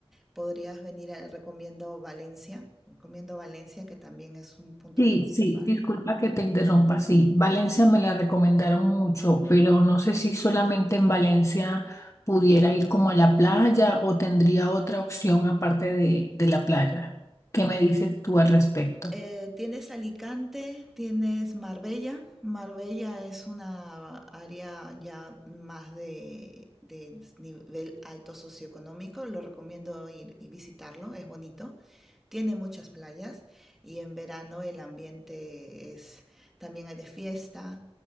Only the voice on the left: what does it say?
Sí,
sí, disculpa que te interrumpa, sí, Valencia me la recomendaron mucho, pero no sé si solamente en Valencia pudiera ir como a la playa o tendría otra opción aparte de, de la playa. ¿Qué me dices tú al respecto?